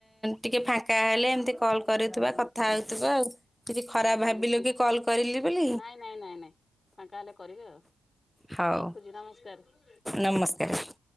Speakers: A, in the centre; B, on the left.
A: ଟିକେ ଫାଙ୍କା ହେଲେ ଏମିତି କଲ କରୁଥିବା
B: ହଁ
A: କଥା ହଉଥିବା ଆଉ କିଛି ଖରାପ
B: ହଁ ହଁ
A: ଭାବିଲ
B: ଯୋଉ ଗୁ
A: କି କଲ୍ କରିଲି ବୋଲି?
B: ନାଇଁ ନାଇଁ ନାଇଁ ନାଇଁ ଫାଙ୍କା ହେଲେ କରିବି ଆଉ।
A: ହଉ
B: ରଖୁଚି ନମସ୍କାର।
A: ନମସ୍କାର।